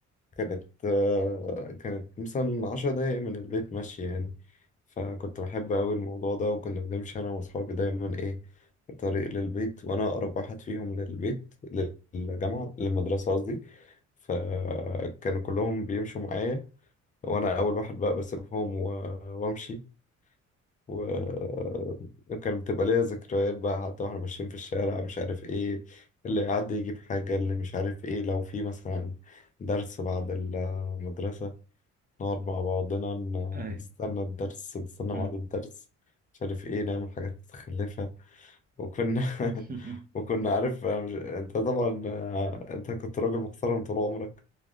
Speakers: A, on the left (about 25°); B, on the right (about 30°).
A: كانت آه، كانت مثلا عشر دقايق من البيت ماشية يعني فكنت بحب أوي الموضوع ده وكنا بنمشي أنا وأصحابي دايما إيه طريق للبيت وأنا أقرب واحد فيهم للبيت للجامعة للمدرسة قصدي فكانوا كلهم بيمشوا معايا وأنا أول واحد بقى بسيبهم و- وأمشي وكان بتبقى ليا ذكريات بقى حتى واحنا ماشيين في الشارع مش عارف ايه اللي يعدي يجيب حاجة اللي مش عارف ايه لو في مثلا درس بعد المدرسة نقعد مع بعضنا ن-
B: أي
A: نستنى الدرس نستنى
B: مم.
A: بعد الدرس مش عارف ايه نعمل حاجات متخلفة وكنا
B: <laughs>
A: <laughs> وكنا عارف أنا مش... انت طبعا آه، انت كنت راجل محترم طول عمرك